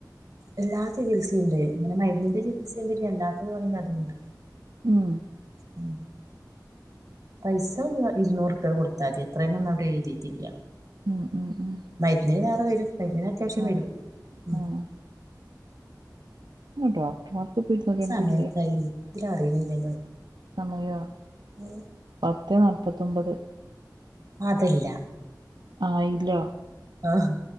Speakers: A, on the right (about 50°); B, on the right (about 90°).
A: എല്ലാ ചികിത്സുണ്ട് ഇങ്ങനെ മരുന്നിന്റെ ചികിത്സുണ്ട് ഞ്ഞി അല്ലാത്തത് വേണങ്കി അതുംണ്ട്.
B: ഉം.
A: ഉം. പൈസ ഇരുന്നൂറ്പ്പ്യ കൊടുത്താതി എത്രന്നോന്നും അവിടെ എഴുതിട്ടില്ല.
B: മ് ഉം ഉം
A: മരുന്നിനു വേറെ വരും മരുന്നിന് അത്യാവശ്യം
B: ആഹ്
A: വരും. ഉം
B: ആഹ് ആഹ് ഡോക്ടർമാർക്ക് ഇപ്പൊ ഇരുന്നൂറ്റിരണ്ടില്ലേ
A: സമയത്രായി ഇതിലറിയുന്നില്ലല്ലോ.
B: സമയോ?
A: ഉം.
B: പത്തെ നാപ്പത്തൊമ്പത്.
A: അതെല്ല.
B: ആയിലോ
A: ആഹ്